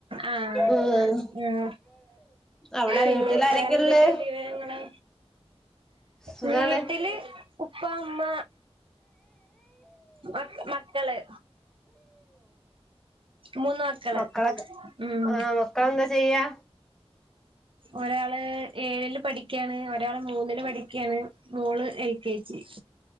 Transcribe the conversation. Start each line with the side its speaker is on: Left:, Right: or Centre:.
Right: ആഹ്
Centre: ഉം
Right: ഉം
Centre: അവിടെ
Right: പിന്നെ
Centre: വീട്ടിൽ ആരൊക്കെയള്ളേ
Right: വേറെന്തൊക്കെയ വിവരങ്ങള്
Centre: സുഖാണ്
Right: വീട്ടില് ഉപ്പ അമ്മ മക്ക് മക്കള് മൂന്ന് മക്കള്
Centre: മക്കളെ
Right: ഉം
Centre: ആ മക്കളെന്താ ചെയ്യാ
Right: ഒരാള് ഏഴില് പഠിക്കയാണ് ഒരാള് മൂന്നില് പഠിക്കയാണ് മോള് ഏക്കേജി